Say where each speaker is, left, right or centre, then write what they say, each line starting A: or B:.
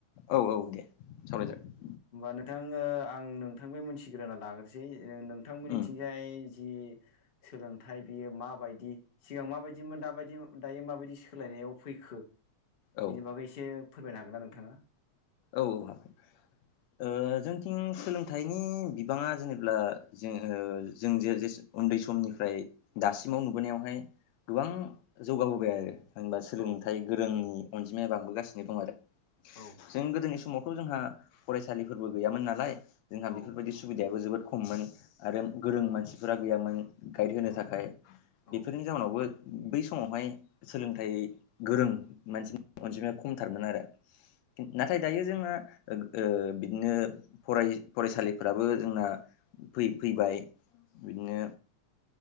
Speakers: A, on the left; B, on the left.
A: औ औ दे सावराय
B: औ
A: जागोन।
B: होमबा नोंथाङो ओ आं नोंथां बे मिथिग्रा लाग्रोसै नोंथांमोननिथिंजाय
A: उम
B: जि सोलोंथाइ बियो माबायदि सिगां माबायदिमोन दाबायदि दायो माबायदि सोलायनायाव फैखो
A: औ
B: बिनि बागै एसे फोरमायनो हागोना नोंथाङा?
A: औ हागोन।
B: <inaudible>
A: ओ जोंथिं सोलोंथाइनि बिबाङा जेनेब्ला जों ओ जों जे जे उन्दै समनिफ्राय दासिमाव नुबोनायावहाय गोबां जौगाबोबाय आरो। होनबा सोलोंथाइ
B: औ
A: गोरोंनि अनजिमाया बांबोगासिनो दं आरो।
B: औ
A: जों गोदोनि समावथ' जोंहा फरायसालिफोरबो गैयामोन नालाय जोंहा
B: औ
A: बेफोरबायदि सुबिदायाबो जोबोद खममोन आरो गोरों मानसिफोरा गैयामोन। गाइड होनो
B: औ
A: थाखाय
B: औ
A: बेफोरनि जाउनावबो बै समावहाय सोलोंथाइ गोरों मानसिनि अनजिमाया खमथारमोन आरो नाथाय दायो जोंना ओ बिदिनो फराय फरायसालिफोराबो जोंना फै फैबाय बिदिनो